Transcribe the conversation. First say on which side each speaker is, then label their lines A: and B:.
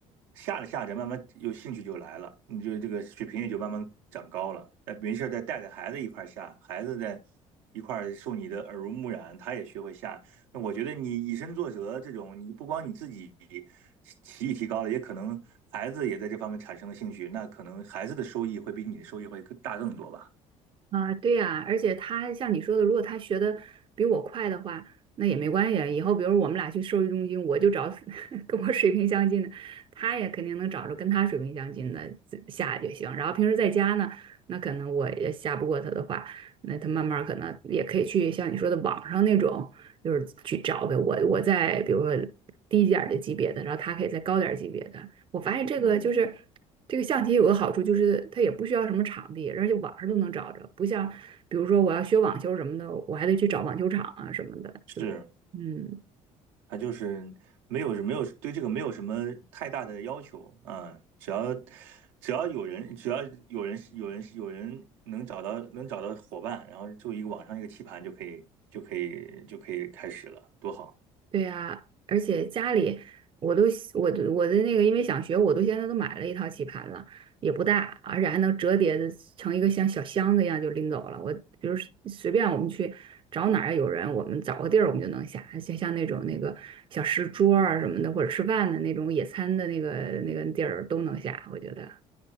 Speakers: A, on the right (about 80°); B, on the right (about 35°).
A: 下着下着，慢慢有兴趣就来了，你就这个水平也就慢慢长高了。再没事儿再带着孩子一块儿下，孩子在一块儿受你的耳濡目染，他也学会下，那我觉得你以身作则这种，你不光你自己棋艺提高了，也可能孩子也在这方面产生了兴趣，那可能孩子的收益会比你的收益会更大更多吧。
B: 啊，对呀，而且他像你说的，如果他学的比我快的话，那也没关系啊。以后比如我们俩去兽医中心，我就找 <laughs> 跟我水平相近的，他也肯定能找着跟他水平相近的自下就行。然后平时在家呢，那可能我也下不过他的话，那他慢慢儿可能也可以去像你说的网上那种，就是去找呗。我我在比如说低一点儿的级别的，然后他可以再高点儿级别的。我发现这个就是。
A: 嗯，
B: 这个象棋有个好处就是它也不需要什么场地，而且网上都能找着，不像比如说我要学网球什么的，我还得去找网球场啊什么的，
A: 是，
B: 就是嗯，
A: 他就是没有没有对这个没有什么太大的要求啊，只要只要有人只要有人有人有人能找到能找到伙伴，然后就一个网上一个棋盘就可以就可以就可以开始了，多好。
B: 对呀，而且家里我都我的我的那个，因为想学，我都现在都买了一套棋盘了，也不大，而且还能折叠的成一个像小箱子一样就拎走了。我比如随便我们去找哪儿有人，我们找个地儿我们就能下，像像那种那个小石桌儿啊什么的，或者吃饭的那种野餐的那个那个地儿都能下，我觉得。